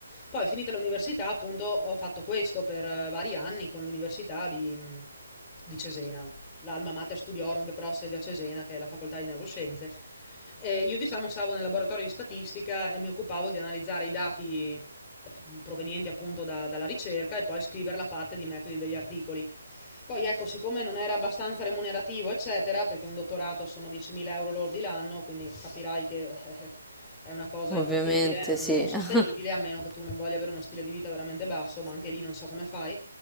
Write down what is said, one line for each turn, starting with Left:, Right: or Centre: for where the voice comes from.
Left: Poi, finita l'università, appunto, ho fatto questo per eh, vari anni con l'università di di Cesena l'Alma Mater Studiorum che però ha sede a Cesena, che è la facoltà di neuroscienze. E io diciamo stavo nel laboratorio di statistica e mi occupavo di analizzare i dati eh, provenienti appunto da- dalla ricerca e poi scrivere la parte di metodi degli articoli. Poi ecco, siccome non era abbastanza remunerativo, eccetera, perché un dottorato sono 10.000 euro lordi l'anno, quindi capirai che eh, è una cosa
Centre: Ovviamente,
Left: infattibile, non,
Centre: sì.
Left: non sostenibile,
Centre: <laughs>
Left: a meno che tu non voglia avere uno stile di vita veramente basso, ma anche lì non so come fai.